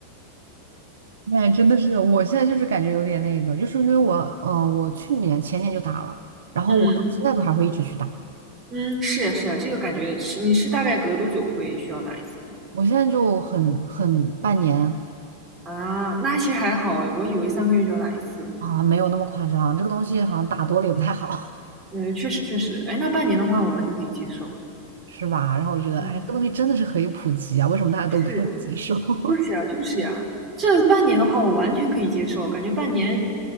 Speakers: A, on the right; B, on the right.
A: 哎，真的是，我现在就是感觉有点那个，就是因为我，嗯、我去年前年就打了，然后我到现在都还会一直去打。
B: 嗯嗯，是呀是呀，这个感觉是你是大概隔多久会需要打一次呢？
A: 我现在就很很半年
B: 啊，那其实还好哎，我以为三个月就要打一次，
A: 啊，没有那么夸张。这个东西好像打多了也不太好，
B: 嗯，确实确实，哎，那半年的话我完全可以接受，
A: <laughs> 是吧？然后我觉得，
B: 嗯，
A: 哎，这个东西真的是可以普及啊，为什么大家都不是很接受？
B: 是
A: <laughs>
B: 就是呀，就是呀，这半年的话，我完全可以接受，感觉半年，